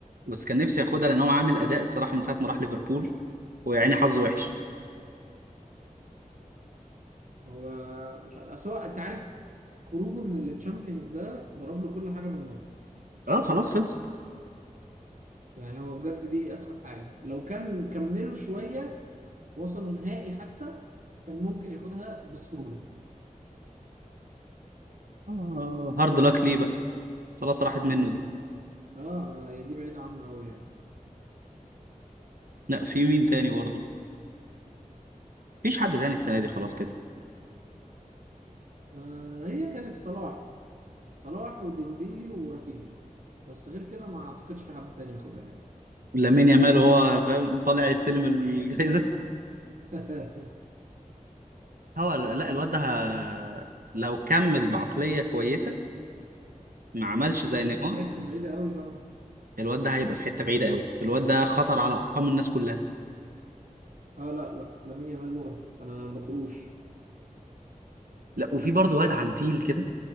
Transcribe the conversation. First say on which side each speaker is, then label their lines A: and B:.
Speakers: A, on the right; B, on the right.
A: بس كان نفسي ياخدها لأن هو عامل أداء الصراحة من ساعة ما راح ليفربول ويا عيني حظه وحش
B: هو مش عارف أصل هو انت عارف خروجه من التشامبيونز ده ضرب له كل حاجه بالنار
A: أه خلاص خلصت
B: يعني هو بجد دي اسخف حاجه لو كان كملوا شويه وصلوا نهائي حتى كان ممكن ياخدها بسهوله
A: آه هارد لاك ليه بقى خلاص راحت منه دي
B: اه اه هي دي بعيدة عنه أوي يعني
A: لا في مين تاني برضه مفيش حد تاني السنة دي خلاص كده
B: آه هي كانت صلاح صلاح وديمبيلي ورافينيا بس غير كده ما أعتقدش في حد تاني ياخدها يعني
A: لامين يامال وهو فاهم طالع يستلم الجايزة
B: <laughs>
A: <laughs> هو لا الواد ده ه- لو كمل بعقلية كويسة ما عملش زي
B: بعيدة
A: نيمار
B: حتة بعيدة أوي طبعا
A: الواد ده هيبقى في حته بعيده قوي الواد ده خطر على ارقام الناس كلها
B: اه لا لا لامين يامال مقرف أنا ما بطيقوش
A: لا وفي برضه واد عنتيل كده